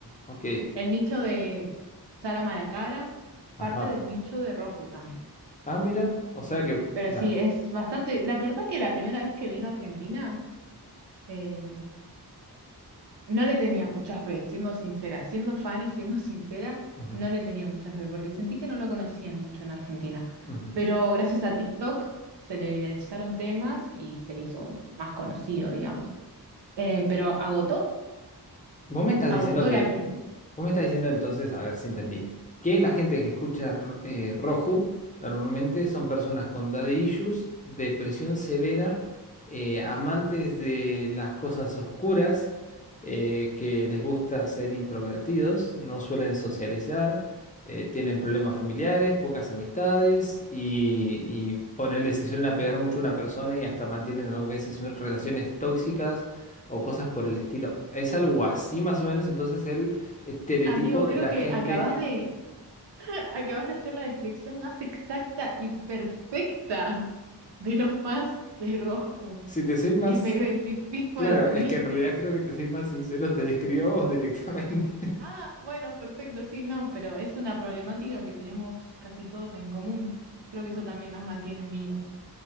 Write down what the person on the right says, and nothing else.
El nicho de, Sara Malacara, parte
del nicho de Roju también.
Eh,
pero
sí, es bastante. La verdad que la primera vez que vino a Argentina eh, no le tenía mucha fe, siendo sincera. Siendo fan y siendo <laughs> sincera,
no le tenía mucha fe, porque sentí que no lo conocían mucho en Argentina.
Pero gracias a TikTok se le viralizaron temas y se hizo más conocido, digamos. Eh, pero agotó,
agotó
la primera.
Amigo, creo
que
acabas
de Acabas de hacer la descripción más exacta y perfecta de los fans de Rojo
y me identifico
al mil.
Ah, bueno, perfecto, sí, no, pero es una problemática que tenemos casi todos en común. Creo que eso también nos mantiene unidos.